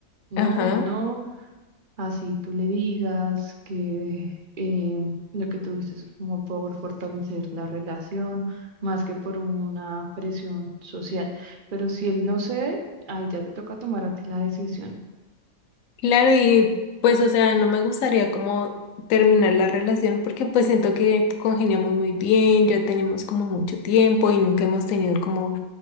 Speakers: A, on the right; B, on the left.
A: no
B: Ajá.
A: y no, Así tú le digas que em, lo que tuviste es como por fortalecer la relación, más que por una presión social. Pero si él no cede, ahí ya te toca tomar a ti la decisión.
B: Claro, y pues, o sea, no me gustaría como terminar la relación porque pues siento que congeniamos muy bien, ya tenemos como mucho tiempo y nunca hemos tenido como